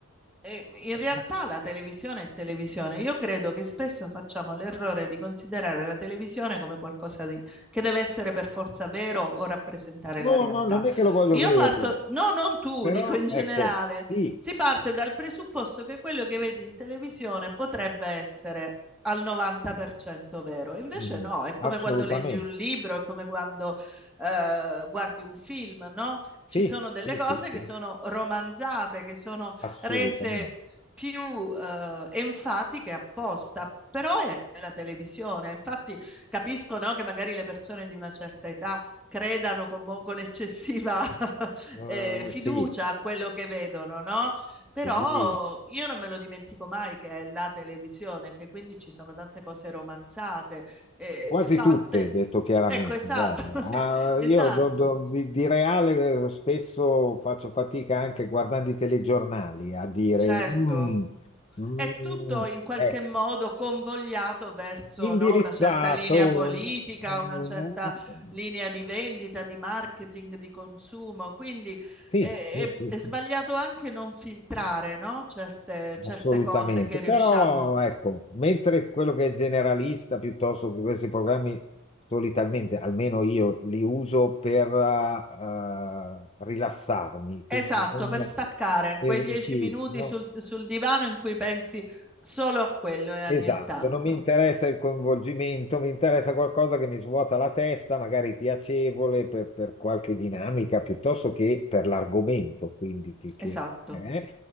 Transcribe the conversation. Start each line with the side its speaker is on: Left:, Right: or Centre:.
Centre: Eh, In
Left: eh,
Centre: realtà
Left: ma-
Centre: la televisione è televisione. Io credo che spesso facciamo l'errore di considerare la televisione come qualcosa di- che deve essere per forza vero o rappresentare
Left: no,
Centre: la realtà.
Left: no, non è che lo voglio
Centre: Io
Left: vedere,
Centre: parto, no, non tu,
Left: però
Centre: dico in generale,
Left: ecco, sì,
Centre: si parte dal presupposto che quello che vedi in televisione potrebbe essere al 90% vero. Invece
Left: mm,
Centre: no, è come
Left: assolutamente,
Centre: quando leggi un libro, è come quando eh, guardi un film, no?
Left: sì,
Centre: Ci sono delle
Left: sì,
Centre: cose
Left: sì, sì,
Centre: che sono romanzate, che sono
Left: assolutamente,
Centre: rese più eh, enfatiche apposta. Però è la televisione, infatti capisco no, che magari le persone di una certa età credano con, mo- con eccessiva <laughs>
Left: Eh,
Centre: eh, fiducia
Left: sì,
Centre: a quello che vedono, no? Però
Left: sì.
Centre: io non me lo dimentico mai che è la televisione, che quindi ci sono tante cose romanzate, eh,
Left: Quasi
Centre: fatte.
Left: tutte, detto chiaramente,
Centre: Ecco, esatto,
Left: guarda.
Centre: <laughs>
Left: Ah,
Centre: esatto.
Left: io do- do- di, di reale eh, spesso faccio fatica anche guardando i telegiornali a dire,
Centre: Certo,
Left: "Mm, mm,
Centre: è tutto in qualche
Left: ecco,
Centre: modo convogliato verso,
Left: indirizzato,
Centre: no, una certa linea politica,
Left: eh,
Centre: una certa linea di vendita, di marketing, di consumo. Quindi
Left: sì,
Centre: è,
Left: sì,
Centre: è-
Left: sì,
Centre: è
Left: sì."
Centre: sbagliato anche non filtrare, no, certe, certe
Left: Assolutamente,
Centre: cose che
Left: però
Centre: riusciamo.
Left: ecco, mentre quello che è generalista piuttosto che questi programmi solitamente, almeno io li uso per eh, rilassarmi, quindi
Centre: Esatto,
Left: non,
Centre: per staccare
Left: eh,
Centre: quei dieci
Left: sì,
Centre: minuti
Left: no,
Centre: sul, sul divano in cui pensi solo a quello e a
Left: Esatto,
Centre: nient'altro.
Left: non mi interessa il coinvolgimento, mi interessa qualcosa che mi svuota la testa, magari piacevole per, per qualche dinamica piuttosto che per l'argomento, quindi che, che-
Centre: Esatto.
Left: eh,